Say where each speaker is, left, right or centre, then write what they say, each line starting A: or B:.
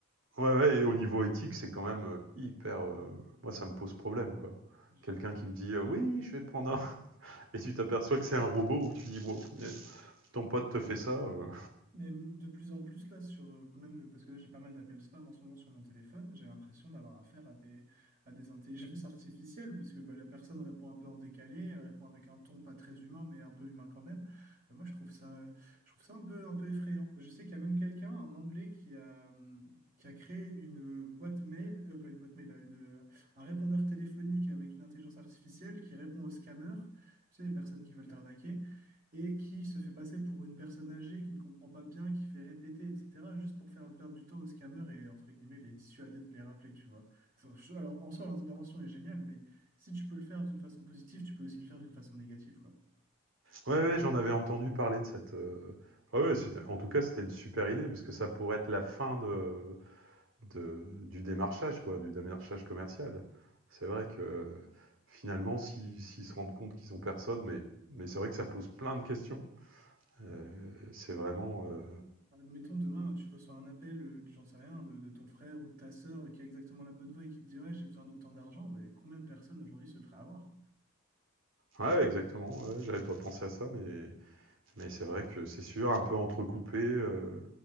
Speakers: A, on the right; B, on the right.
A: ouais, ouais et au niveau éthique, c'est quand même, heu, hyper, heu, moi ça me pose problème quoi.
B: J-
A: Quelqu'un qui me dit, heu: «Oui, je vais prendre un» <laughs> et tu t'aperçois que c'est un robot, tu dis: «Waouh punaise, ton pote te fait ça, heu»
B: Mais de plus en plus là sur euh, même parce que là j'ai pas mal d'appels spam en ce moment sur mon téléphone, j'ai l'impression d'avoir affaire à des à des intelligences <laughs> artificielles parce que bah, la personne répond un peu en décalé, elle répond avec un ton pas très humain mais un peu humain quand même. Bah, moi je trouve ça je trouve ça un peu un peu effrayant. Je sais qu'il y a même quelqu'un, un Anglais qui a hum, qui a créé une boîte mail, euh, pas une boîte mail, euh, une, un répondeur téléphonique avec une intelligence artificielle qui répond aux scammers, tu sais les personnes qui veulent t'arnaquer. et qui se fait passer pour une personne âgée qui ne comprend pas bien, qui fait répéter, etc., juste pour faire perdre du temps aux scammers et, entre guillemets, les dissuader de les rappeler, tu vois. Alors, je- alors, en soi, l'intervention est géniale, mais si tu peux le faire d'une façon positive, tu peux aussi le faire d'une façon négative, quoi.
A: Ouais, ouais, j'en avais entendu parler de cette. euh, Ah ouais, c'était... En tout cas, c'était une super idée parce que ça pourrait être la fin de... de- du démarchage, quoi, du démarchage commercial. C'est vrai que finalement, si- s'ils se rendent compte qu'ils ont personne, mais, mais c'est vrai que ça pose plein de questions. Euh, c'est vraiment. euh,
B: Admettons, demain, tu reçois un appel, euh, j'en sais rien, de, de ton frère ou de ta sœur qui a exactement la bonne voix et qui te dit, ouais, j'ai besoin d'autant d'argent, mais combien de personnes aujourd'hui se feraient avoir?
A: Ouais, exactement. ouais, j'avais pas pensé à ça, mais, mais c'est vrai que c'est sûr, un peu entrecoupé, euh,